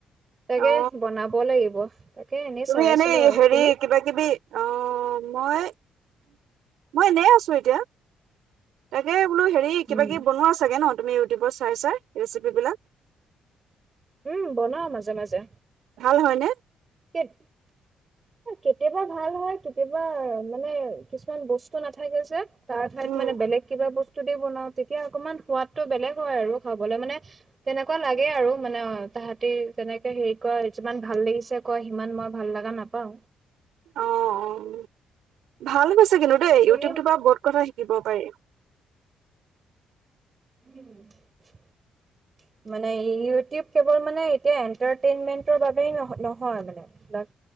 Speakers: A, on the right; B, on the right.
A: তাকে
B: অ
A: বনাব লাগিব তাকে এনেই
B: তুমি
A: চাই
B: এনেই
A: আছিলো আৰু।
B: হেৰি
A: তুমি?
B: কিবা কিবি, অ' মই মই এনেই আছো এতিয়া। তাকে বোলো হেৰি কিবা
A: উম।
B: কিবি বনোৱা চাগে ন তুমি ইউটিউবত চাই চাই ৰেচিপ বিলাক?
A: উম, বনাওঁ মাজে মাজে।
B: ভাল হয়নে?
A: কেত <unintelligible> কেতিয়াবা ভাল হয়, কেতিয়াবা মানে কিছুমান বস্তু নাথাকে যে তাৰ ঠাইত
B: উম
A: মানে বেলেগ কিবা বস্তু দি বনাওঁ তেতিয়া অকনমান সোৱাদটো বেলেগ হয় আৰু খাবলৈ, মানে তেনেকুৱা লাগে আৰু মানে অ তাহাঁতি তেনেকে হেৰি কৰে যিমান ভাল লাগিছে কয় সিমান মই ভাল লগা নাপাওঁ।
B: অ' অ' ভাল হৈছে কিন্তু দেই ইউটিউবটোৰ
A: তুমি
B: পৰা বহুত কথা শিকিব পাৰি।
A: উ <unintelligible> মানে ইউটিউব কেৱল মানে এতিয়া এন্টাৰটেইনমেন্টৰ বাবে নহয়। মানে লাক